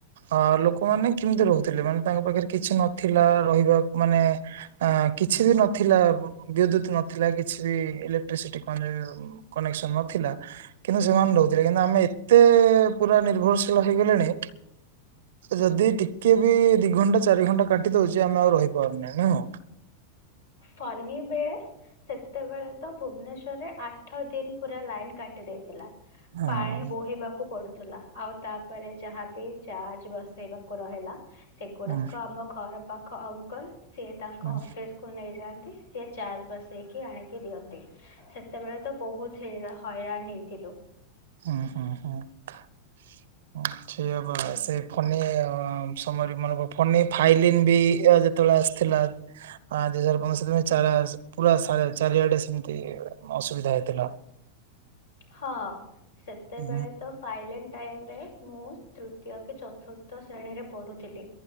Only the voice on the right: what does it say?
ଅ ଲୋକମାନେ କେମିତି ରହୁଥିଲେ ମାନେ ତାଙ୍କ ପାଖରେ କିଛି ନଥିଲା ରହିବାକୁ ମାନେ କିଛି ବି ନଥିଲା ବିଦ୍ୟୁତ ନଥିଲା କିଛି ବି ଇଲେକ୍ଟ୍ରିସିଟି କନେକ୍ସନ ନଥିଲା କିନ୍ତୁ ସେମାନେ ରହୁଥିଲେ କିନ୍ତୁ ଆମେ ଏତେ ପୁରା ନିର୍ଭରଶୀଳ ହେଇଗଲେଣି ଯଦି ଟିକେ ବି ଦି ଘଣ୍ଟା ଚାରି ଘଣ୍ଟା କାଟି ଦଉଛି ଆମେ ଆଉ ରହିପାରୁନ ନୁହଁ।
ହଁ
ହୁଁ
ହୁଁ
ହୁଁ ହୁଁ ହୁଁ ଠିକ ବା ସେ ଫନି ସମୟରେ ମ ଫନି ଫାଇଲି ବି ଯେତେବେଳେ ଆସିଥିଲା ଦୁଇ ହଜାର ପନ୍ଦରିନାର ପୁରା ଚାରିଆଡେ ସେମିତି ଅସୁବିଧା ହେଇଥିଲା।
ହୁଁ